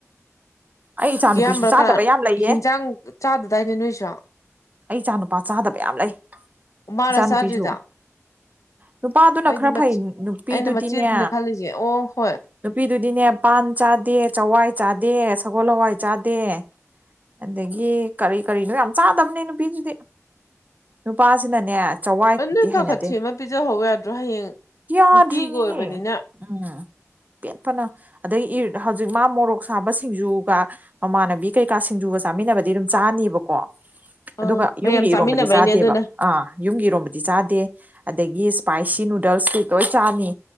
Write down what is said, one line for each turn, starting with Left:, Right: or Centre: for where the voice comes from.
Right: ꯑꯩ ꯏꯆꯥꯅꯨꯄꯤꯁꯨ
Left: ꯀꯤꯌꯥꯝꯕ꯭ꯔꯥ
Right: ꯆꯥꯗꯕ
Left: ꯀꯅꯅꯣ
Right: ꯌꯥꯝ ꯂꯩꯌꯦ
Left: ꯌꯦꯟꯖꯥꯡ ꯆꯥꯗꯗꯥꯏꯅꯦ ꯅꯣꯏꯁꯣ꯫
Right: ꯑꯩ ꯏꯆꯥ ꯅꯨꯨꯄꯥ ꯆꯥꯗꯕ ꯌꯥꯝ ꯂꯩ
Left: ꯃꯥꯔ
Right: ꯏꯆꯥ
Left: ꯆꯥꯗ꯭ꯔꯤꯗꯣ
Right: ꯅꯨꯨꯄꯤꯁꯨ꯫ ꯅꯨꯄꯥꯗꯨꯅ
Left: ꯑꯩꯗꯤ
Right: ꯈꯔ
Left: ꯃꯆꯦ
Right: ꯐꯩ ꯅꯨꯄꯤꯗꯨꯗꯤꯅꯦ꯫
Left: ꯑꯩꯅ ꯃꯆꯦꯗꯨꯅꯦ ꯈꯜꯂꯤꯁꯦ ꯑꯣ ꯍꯣꯏ
Right: ꯅꯨꯄꯤꯗꯨꯗꯤꯅꯦ ꯄꯥꯟ ꯆꯥꯗꯦ ꯆꯋꯥꯏ ꯆꯥꯗꯦ ꯁꯒꯣꯜ ꯍꯋꯥꯏ ꯆꯥꯗꯦ꯫ ꯑꯗꯒꯤ ꯀꯔꯤ ꯀꯔꯤꯅꯣ ꯌꯥꯝ ꯆꯥꯗꯕꯅꯦ ꯅꯨꯄꯤꯗꯨꯗꯤ ꯅꯨꯄꯥꯁꯤꯅꯅꯦ꯫ ꯆꯋꯥꯏ
Left: ꯑꯗꯨ
Right: ꯀꯗꯤ
Left: ꯈꯔ
Right: ꯍꯩꯅꯗꯦ
Left: ꯈꯔ ꯊꯦꯝꯃ ꯄꯤꯖꯍꯧꯕ ꯌꯥꯗ꯭ꯔꯣ ꯍꯌꯦꯡ
Right: ꯌꯥꯗ꯭ꯔꯤꯅꯤꯅꯦ꯫
Left: ꯅꯨꯄꯤꯒ ꯑꯣꯏꯕꯅꯤꯅ
Right: ꯎꯝ꯫ ꯄꯦꯠ ꯐꯅ ꯑꯗꯩ ꯍꯧꯖꯤꯛ ꯃꯥ ꯃꯣꯔꯣꯛ ꯁꯥꯕ ꯁꯤꯡꯖꯨꯒ ꯃꯃꯥꯟꯅꯕꯤ ꯀꯩ꯫ ꯀꯥ ꯁꯤꯡꯖꯨꯒ ꯆꯥꯃꯤꯟꯅꯕꯗꯤ ꯑꯗꯨꯝ ꯆꯥꯅꯤꯕꯀꯣ
Left: ꯑꯥ
Right: ꯑꯗꯨꯒ
Left: ꯃꯌꯥꯝ
Right: ꯌꯨꯝꯒꯤ
Left: ꯆꯥꯃꯤꯟꯅꯕꯩꯅꯦ
Right: ꯏꯔꯣꯝꯕꯗꯤ ꯆꯥꯗꯦꯕ
Left: ꯑꯗꯨꯅ
Right: ꯑꯥ꯫ ꯌꯨꯝꯒꯤꯏꯔꯣꯝꯕꯗꯤ ꯆꯥꯗꯦ ꯑꯗꯒꯤ ꯏꯁꯄꯥꯏꯁꯤ ꯅꯨꯗꯜꯁ ꯇꯤ ꯂꯣꯏ ꯆꯥꯅꯤ꯫